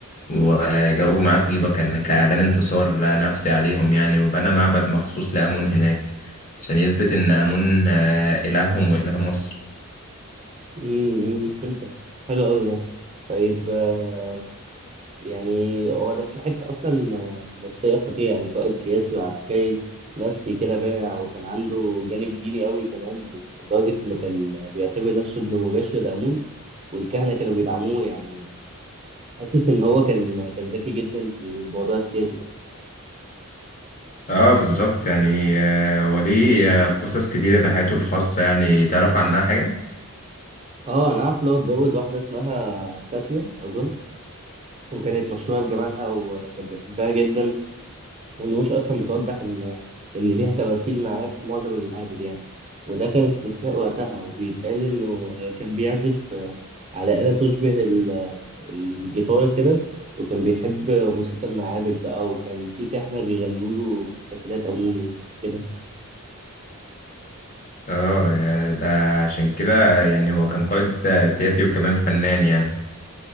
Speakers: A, on the left; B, on the right.
A: وجابوا معاه طيبة كان كإعلان انتصار نفسي عليهم يعني وبنى معبد مخصوص لآمون هناك عشان يثبت إن آمون آه، إلههم وإله مصر
B: امم فهمتك حلو قوي ده طيب آه، يعني هو ده في حتة أصلا آه، نفسية خطيرة يعني قائد سياسي وعسكري نفسي كده بارع وكان عنده جانب ديني قوي كمان لدرجة إنه كان بيعتبر نفسه ابن مباشر لآمون والكهنة كانوا بيدعموه يعني حاسس ان هو كان كان ذكي جدا في الموضوع السياسي ده
A: اه بالظبط يعني آه، وليه آه، قصص كتيرة ده حياته الخاصة يعني تعرف عنها حاجة؟
B: اه انا عارف اللي هو اتجوز واحده اسمها ساتيا اظن وكانت مشهوره بجمالها وكان بيحبها جدا والنقوش اصلا بتوضح ان ان ليها تماثيل معاه في معظم المعابد يعني وده كان استثناء وقتها وبيتقال انه كان بيعزف على آلة تشبه ال- الجيتار كده وكان بيحب موسيقى المعابد بقى وكان في كهنة بيغنوا له في احتفالات أمونه كده
A: اه يعني ده عشان كده يعني هو كان قائد آه، سياسي وكمان فنان يعني